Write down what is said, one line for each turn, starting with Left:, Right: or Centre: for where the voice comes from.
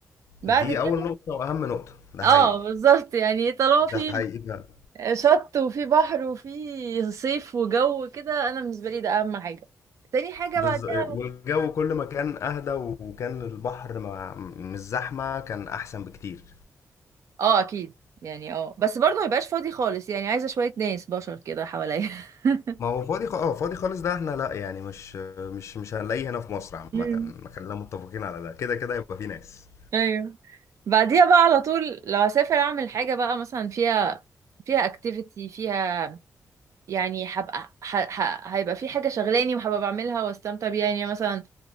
Right: بعد
Left: دي
Right: كده
Left: أول نقطة وأهم نقطة ده
Right: اه
Left: حقيقي
Right: بالظبط يعني طالما في
Left: ده حقيقي
Right: شط وفي بحر وفي صيف وجو كده انا بالنسبه لي ده اهم حاجه تاني حاجه
Left: بز...
Right: بعدها
Left: والجو كل ما كان اهدى وكان البحر ما... مش زحمه كان احسن بكتير
Right: اه اكيد يعني اه بس برضه ما يبقاش فاضي خالص يعني عايزه شويه ناس بشر كده حواليا <laughs>
Left: ما هو فاضي خ... اه فاضي خالص ده احنا لا يعني مش مش مش هنلاقيه هنا في مصر عامه
Right: مم.
Left: خلينا متفقين على ده كده كده يبقى في ناس
Right: ايوه بعديها بقى على طول لو هسافر اعمل حاجه بقى مثلا فيها فيها اكتيفيتي فيها يعني هبقى ه... ه... هيبقى في حاجة شغلاني وهبقى بعملها واستمتع بيها يعني مثلا